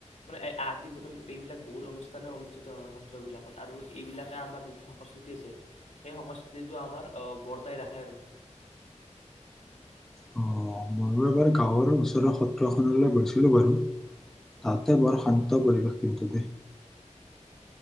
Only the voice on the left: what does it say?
মানে আদি মানে এইবিলাক বহুত অনুষ্ঠানেই-অনুষ্ঠিত হয়। সত্ৰবিলাকত আৰু এইবিলাকে আমাৰ যিটো সংস্কৃতি আছে সেই সংস্কৃতিটো আমাৰ বৰ্তাই ৰাখে আৰু।